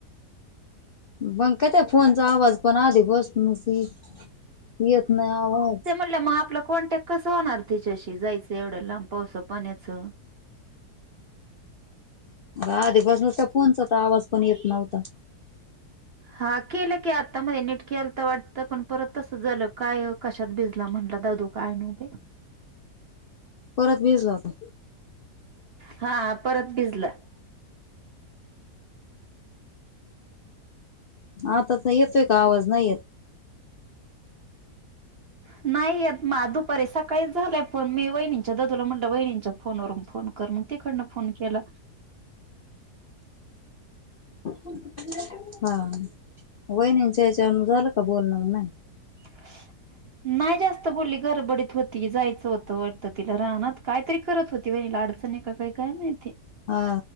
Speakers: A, on the left; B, on the right.
A: बंग कायत फोनचा आवाज पण आधी बस नसी येत नाही आवाज.
B: म्ह मग आपलं कोण्टॅ कस होणार त्यािच्याशी जायचं एवढं लांब पावसां पाण्याचं.
A: आधीपासून त्या फोनचा तर आवाज पण येत नव्हता.
B: हा केलं की आतामध्ये नेट केल वाटतं पण परत तसं झालं काय. कशात भिजला म्हणला दादू काय नवभय.
A: परत भिजला होता
B: हा परत भिजला.
A: आताचा येतोय का आवाज नाही येत.
B: नाही येत म दुपारी सकाळी झालाय फोन मी वहिणींच्या ददूला म्हटलं वहिणींच्या फोनवरून फोन कर मग तकडनं फोन केला.
A: हा वहिणीच्या याच्या झालं का बोलण म नाही.
B: <inaudible> नाही जास्त बोली गरबडीत होती, जायचं होतं, वाटत तिला रानात. कायतरी करत होती, बाहिजे ला अडचणी का काही काय मातीे.
A: हा.